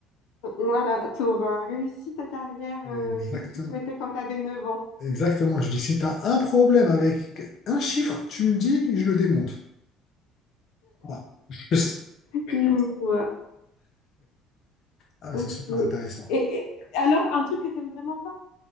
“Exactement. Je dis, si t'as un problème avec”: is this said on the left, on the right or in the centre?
Left